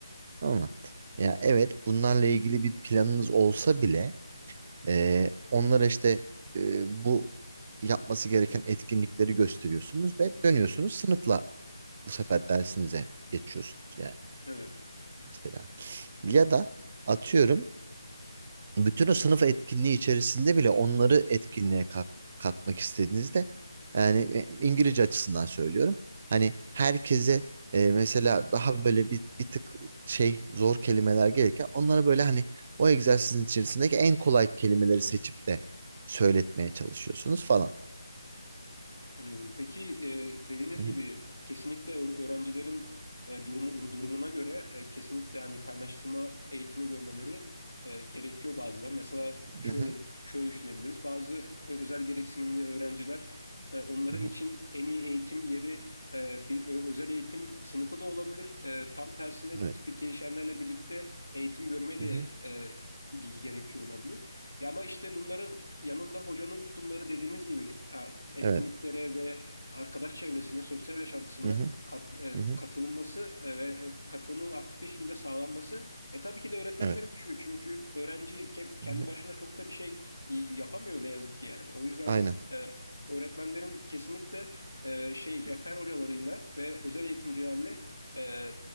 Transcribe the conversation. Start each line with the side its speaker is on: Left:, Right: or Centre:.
Right: Ama ya evet bunlarla ilgili bir planınız olsa bile e, onlara işte e, bu yapması gereken etkinlikleri gösteriyorsunuz ve dönüyorsunuz sınıfla bu sefer dersinize geçiyorsunuz yani
Left: Evet.
Right: mesela. Ya da atıyorum bütün o sınıf etkinliği içerisinde bile onları etkinliğe ka- katmak istediğinizde yani e, İngilizce açısından söylüyorum. Hani herkese e, mesela daha böyle bir, bir tık şey zor kelimeler gelirken onlara böyle hani o egzersizin içerisindeki en kolay kelimeleri seçip de söyletmeye çalışıyorsunuz falan.
Left: Anladım. Peki e, dediğiniz
Right: Hı
Left: gibi
Right: hı,
Left: kesinlikle ö- öğrencilerin e, durumu durumuna göre e, kesinlikle hani kaynaştırma eğitimi görmeleri e, gerekiyor bazıları. Mesela şöyle
Right: hı hı,
Left: şöyle düşünebiliriz. Bazı e, özel gereksinimli öğrenciler e, onların
Right: hı hı.
Left: için en iyi eğitim yeri e, bir ö- özel eğitim sınıfı da olabilir. E, tam tersine
Right: Evet.
Left: bir tipik gelişenlerle birlikte eğitim görmeye de
Right: Hı hı,
Left: e, ge- gerekiyor olabilir. Ya ama işte bunların yanında hocanın tutumları dediğiniz gibi e, etkinliklere
Right: evet.
Left: ve arkadaş çevresine, sosyal yaşantısına
Right: Hı hı,
Left: kat- e,
Right: hı hı,
Left: katılınması e, ve e, katılımın aktif bir şekilde sağlanması e tabii ki de öğretmenlere
Right: evet.
Left: düşüyor. Çünkü öğrenci ke- kendi
Right: Hı hı,
Left: başına çok da bir şey e, yapamıyor ne yazık ki yani. O yüzden
Right: aynen.
Left: e, öğretmenlerin kesinlikle e, şey rehber hocalarıyla ve özel eğitimcilerle e,